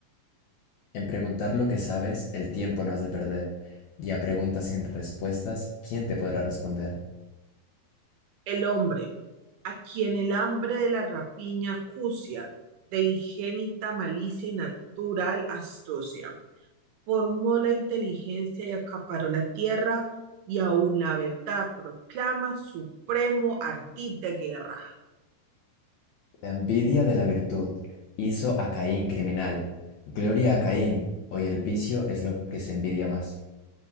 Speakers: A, on the left; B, on the right.
A: En preguntar lo que sabes, el tiempo no has de perder, y a preguntas sin respuestas, ¿quién te podrá responder?
B: El hombre, a quien el hambre de la rapiña acucia, de ingénita malicia y natural astucia. formó la inteligencia y acaparó la tierra, y aún la verdad proclama supremo ardid de guerra.
A: La envidia de la virtud hizo a Caín criminal. Gloria a Caín. Hoy el vicio es lo que se envidia más.